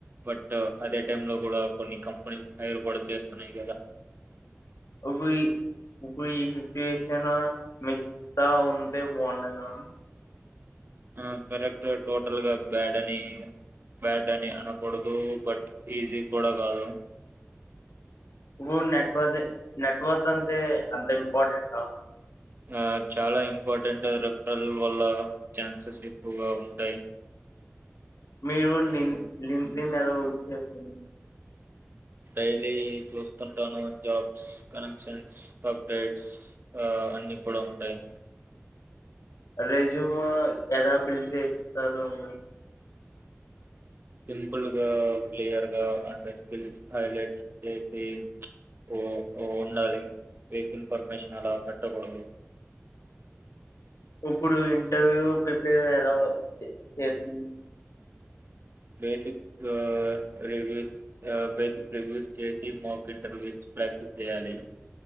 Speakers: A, on the right; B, on the left.
A: బట్ అదే టైం లో కూడా కొన్ని కంపెనీస్ హైర్ కూడా చేస్తున్నాయి కదా.
B: హూ హీ. ఇప్పుడీ సిచ్యుయేషన్ మిస్కాఉంటే బాగుండేదా.
A: ఆహ్ కరెక్ట్ గా టోటల్గా బ్యాడని. బ్యాడ్ అని అనకూడదు బట్ ఈజీ కూడా కాదు.
B: ఇప్పుడు నెట్వర్క్ నెట్వర్క్ అంటే అంత ఇంపార్టెంటా.
A: ఆహ్ చాలా ఇంపార్టెంట్ రిఫరల్ వల్ల ఛాన్సెస్ ఎక్కువగా ఉంటాయి.
B: మీరుని <unintelligible>
A: డైలీ చూస్తుంటాను జాబ్స్ కనెక్షన్స్ అప్డేట్స్ ఆహ్. అ అన్ని కూడా ఉంటాయి.
B: రెజ్యూమ్ ఎలా బిల్డ్ చేస్తారు మీరు.
A: ఉహ్ ఫుల్గా క్లియర్గా అండర్ స్కిల్స్ హైలైట్ చేసి ఓ ఓ ఉండాలి వీక్ ఇన్ఫర్మేషన్ అలా పెట్టకూడదు
B: ఇప్పుడు ఇంటర్వ్యూ ప్రిపేర్ ఎలా వచేసింది.
A: బేసిక్ రివ్యూస్ ఆహ్ బేసిక్ రివ్యూస్ చేసి మోక్ ఇంటర్వ్యూ. ప్రాక్టీస్ చేయాలి